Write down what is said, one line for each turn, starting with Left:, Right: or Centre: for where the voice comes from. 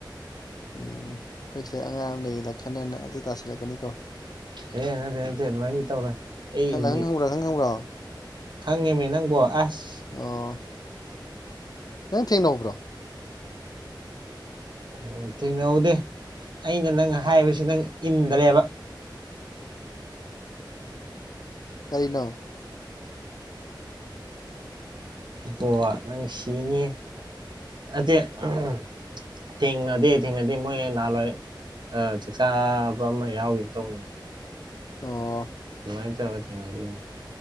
Left: ꯎꯝ ꯑꯩꯈꯣꯏ ꯁꯤꯗ ꯑꯉꯥꯡ ꯑꯃ ꯂꯩꯌꯦ ꯂꯈꯟ ꯑꯅ ꯑꯗꯨ ꯇꯥꯁꯤꯜꯂꯛꯀꯅꯤꯀꯣ
Right: ꯍꯦ ꯅꯠꯇꯦ ꯅꯠꯇꯦ ꯑꯗꯨꯃꯥꯏꯅꯗꯤ ꯇꯧꯔꯣꯏ ꯑꯩ ꯍꯧꯖꯤꯛ
Left: ꯂꯥꯈꯪ ꯈꯪꯕ꯭ꯔꯣ ꯂꯥꯈꯪ ꯈꯪꯕ꯭ꯔꯣ
Right: ꯈꯪꯉꯦꯃꯤ ꯅꯪꯕꯣ ꯑꯁ
Left: ꯑꯣ ꯅꯪ ꯊꯦꯡꯅꯧꯕ꯭ꯔꯣ
Right: ꯎ ꯊꯦꯡꯅꯍꯧꯗꯦ ꯑꯩꯅ ꯅꯪ ꯍꯥꯏꯕꯁꯤ ꯅꯪ ꯏꯟꯗꯔꯦꯕ
Left: ꯀꯔꯤꯅꯣ
Right: ꯑꯣ ꯅꯪ ꯁꯤꯅꯤꯌꯦ ꯑꯗꯦ ꯑꯍ ꯊꯦꯡꯅꯗꯦ ꯊꯦꯡꯅꯗꯦ ꯃꯣꯏ ꯅꯍꯥꯟꯋꯥꯏ ꯑꯥ ꯆꯥꯛꯆꯥꯥꯕ ꯑꯃ ꯌꯥꯎꯒꯤꯒꯨꯝ ꯇꯧꯕꯅꯤ
Left: ꯑꯣ
Right: ꯑꯗꯨꯃꯥꯏ ꯇꯧꯔ ꯊꯦꯡꯅꯒꯤꯕꯅꯦ